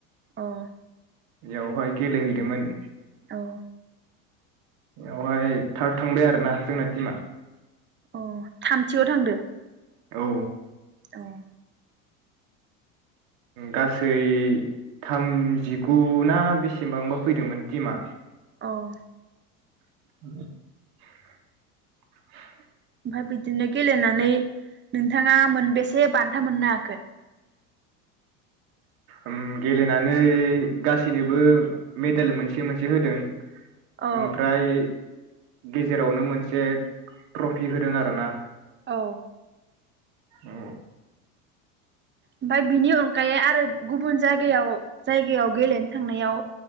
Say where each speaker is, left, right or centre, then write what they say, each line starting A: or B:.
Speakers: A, on the right; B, on the right.
A: अ'।
B: बेयावहाय गेलेहैदोंमोन।
A: अ'।
B: बेवहाय थार्द थांबाय आरोना जोंना टिमा।
A: अ' थामथियाव थांदो।
B: औ।
A: अ
B: गासै थामजिगु ना बेसेबांबा फैदोंमोन टिमा।
A: अ'।
B: <inaudible>
A: ओमफ्राय बिदिनो गेलेनानै नोंथाङा मोनबेसे बान था मोननो हाखो?
B: उम गेलेनानै गासैनोबो मेडेल मोनसे मोनसे होदों।
A: औ
B: ओमफ्राय गेजेरावनो मोनसे ट्रफि होदों आरोना।
A: अ'।
B: औ।
A: ओमफ्राय बिनि अनगायै आरो गुबुन जायगायाव जायगायाव गेलेनो थांनायाव